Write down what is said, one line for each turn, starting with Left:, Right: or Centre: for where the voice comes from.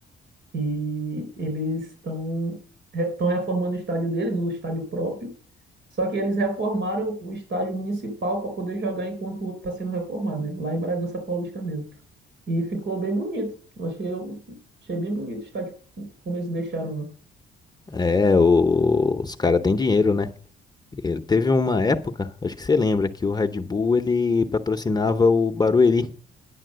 Right: E eles estão estão reformando o estádio deles, o estádio próprio. Só que eles reformaram o estádio municipal para poder jogar enquanto o outro está sendo reformado, né? Lá em Bragança Paulista mesmo. E ficou bem bonito. Eu achei, eu achei bem bonito o estádio como eles deixaram lá.
Left: É, o- os caras têm dinheiro, né? Ele teve uma época, acho que você lembra, que o Red Bull ele patrocinava o Barueri.